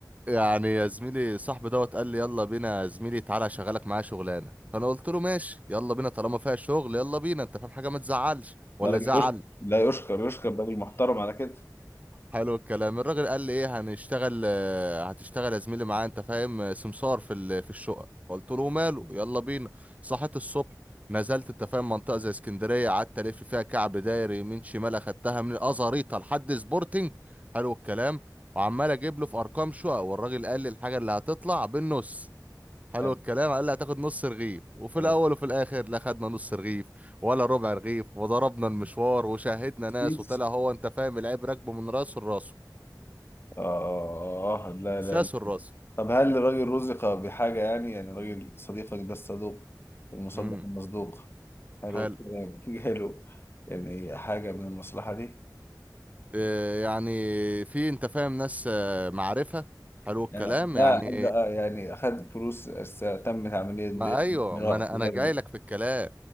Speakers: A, on the right; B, on the left.
A: يعني يا زميلي صاحبي دوت قال لي يلا بينا يا زميلي تعالى اشغلك معايا شغلانه فانا قلت له ماشي يلا بينا طالما فيها شغل يلا بينا انت فاهم حاجه ما تزعلش ولا
B: ده راجل
A: زعل
B: يشكر لا يشكر يشكر ده بالمحترم على كده
A: حلو الكلام الراجل قال لي ايه هنشتغل آه، هتشتغل يا زميلي معايا انت فاهم آه، سمسار في ال- في الشقه قلت له ماله يلا بينا صحيت الصبح نزلت انت فاهم منطقه زي اسكندريه قعدت الف فيها كعب دايري يمين شمال اخدتها من الازاريطه لحد سبورتنج حلو الكلام وعمال اجيب له في ارقام شقق والراجل قال لي الحاجه اللي هتطلع بالنص حلو
B: حلو،
A: الكلام قال لي هتاخد نص رغيف وفي
B: حلو.
A: الاول وفي الاخر لا خدنا نص رغيف ولا ربع رغيف وضربنا المشوار وشاهدنا
B: كتير
A: ناس وطلع هو انت فاهم العيب راكبه من راسه لراسه
B: آه لا
A: من
B: لا
A: ساسه
B: لا
A: لراسه
B: طب هل الراجل رزق بحاجة يعني يعني راجل صديقك ده الصدوق المصدق
A: امم
B: المصدوق حلو
A: حلو
B: الكلام <laughs> جاله يعني حاجة من المصلحة دي
A: آه يعني في انت فاهم ناس آه، معرفة حلو الكلام
B: يعني لا
A: يعني
B: أدى- يعني أخذ فلوس أس- تمت عملية
A: ما
B: بيع
A: ايوه
B: وشراء
A: ما انا
B: في
A: انا
B: هذا
A: جاي
B: الوقت
A: لك في الكلام